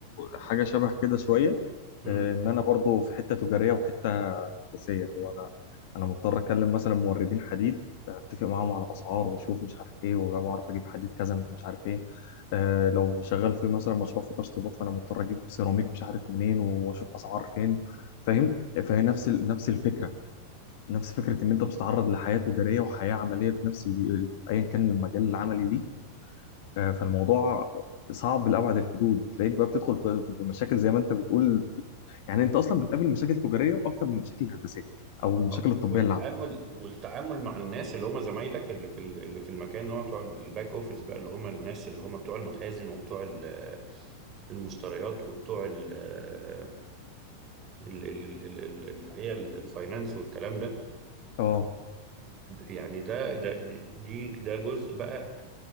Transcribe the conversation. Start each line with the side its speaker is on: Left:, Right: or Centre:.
Left: حاجة شبه كده شوية
Right: مم.
Left: اه، ان انا برضو في حتة تجارية وحتة هندسية اللي هو انا انا مضطر اكلم مثلا موردين حديد اتفق معاهم على اسعار واشوف مش عارف ايه واعرف اجيب حديد كذا من مش عارف ايه اه، لو شغال في مثلا مشروع فيه تشطيبات فانا مضطر اجيب سيراميك مش عارف منين واشوف اسعار فين فاهم فهي نفس ال- نفس الفكرة نفس فكرة ان انت بتتعرض لحياة تجارية وحياة عملية في نفس ال- ايا كان المجال العملي ليك آه، فالموضوع صعب لأبعد الحدود تلاقيك بقى بتدخل في بمشاكل زي ما انت بتقول يعني انت اصلا بتقابل مشاكل تجاريه اكتر من المشاكل الهندسيه او المشاكل
Right: اه
Left: الطبيه
Right: والتعامل
Left: اللي عندك
Right: والتعامل مع الناس اللي هم زمايلك اللي في ال- اللي في المكان اللي هم بتوع الباك اوفيس بقى اللي هم الناس اللي هم بتوع المخازن وبتوع ال- المشتريات وبتوع ال ال- ال- ال- ال- اللي هي ال- الفاينانس والكلام ده
Left: اه
Right: يعني ده ده دي ده جزء بقى